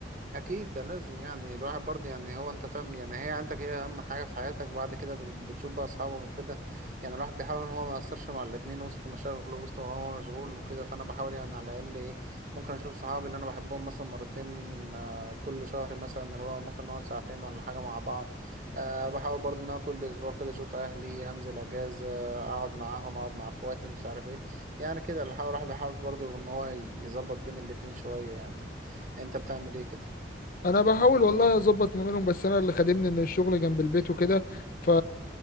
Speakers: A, on the right; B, on the left.
A: اكيد ده لازم يعني الواحد برضه يعني هو انت فاهم يعني هي عيلتك هي اهم حاجه في حياتك بعد كده بت- بتشوف بقى اصحابك وكده يعني الواحد بيحاول ان هو ما ياثرش مع الاتنين وسط مشاغله وسط ما هو مشغول وكده فانا بحاول يعني على الاقل ايه ممكن اشوف صحابي اللي انا بحبهم مثلا مرتين آه، كل شهر مثلا اللي هو ممكن نقعد ساعتين ولا حاجه مع بعض أه بحاول برضه ان انا كل اسبوع كده اشوف اهلي انزل اجازه اقعد معاهم اقعد مع اخواتي مش عارف ايه يعني كده الواحد بيحاول برضه ان هو يظبط بين الاتنين شويه يعني انت بتعمل ايه كده
B: انا بحاول والله اظبط ما بينهم بس انا اللي خادمني ان الشغل جنب البيت وكده ف...